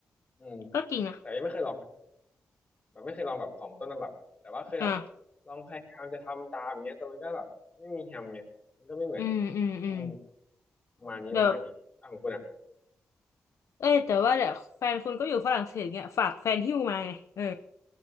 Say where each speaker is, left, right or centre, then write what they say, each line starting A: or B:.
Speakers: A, on the left; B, on the left.
A: อืม
B: ก็จริงอ่ะ
A: แต่ยังไม่เคยลอง แบบไม่เคยลองแบบของต้นฉบับแต่ว่าเคยแบบ
B: อ่า
A: ลองพยายามจะทำตามอย่างเงี้ยแต่มันก็แบบไม่มีแฮมไงมันก็ไม่เหมือน
B: อืมอืมอืม
A: อืมประมาณนี้ประมาณนี้อ่ะของคุณอ่ะ
B: เดี๋ยวเอ้ยแต่ว่าเดี๋ยวแฟนคุณก็อยู่ฝรั่งเศสเงี้ยฝากแฟนหิ้วมาไงเออ